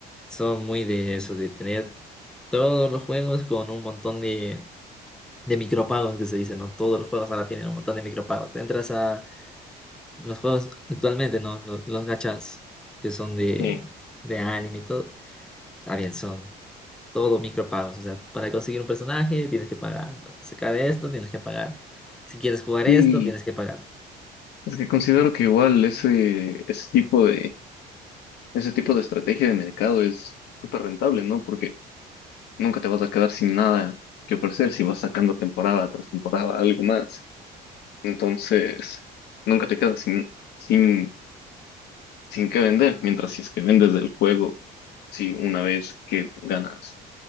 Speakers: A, in the centre; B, on the left (about 75°).
A: son muy de eso, de tener todos los juegos con un montón de de micropagos que se dice, ¿no? Todos los juegos ahora tienen un montón de micropagos. Te entras a los juegos actualmente, ¿no? Los, los gachas que son de,
B: Sí.
A: de anime y todo. también son todo micropagos. O sea, para conseguir un personaje tienes que pagar. Para sacar esto tienes que pagar. Si quieres jugar
B: Y
A: esto tienes que pagar.
B: es que considero que igual ese, ese tipo de Ese tipo de estrategia de mercado es súper rentable, ¿no? Porque nunca te vas a quedar sin nada que ofrecer si vas sacando temporada tras temporada algo más. Entonces, nunca te quedas sin, sin, sin qué vender, mientras si es que vendes el juego, si una vez que ganas